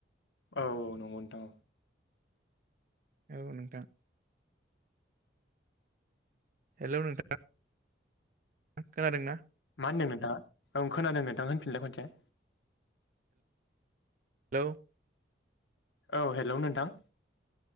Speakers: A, on the left; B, on the right.
A: औ औ नंगौ नोंथां औ
B: औ नोंथां हेलौ नोंथां खोनादोंना?
A: मा होनदों नोंथाङा औ खोनादों नोंथां होनफिनलाय खनसे?
B: हेलौ।
A: औ हेलौ नोंथां।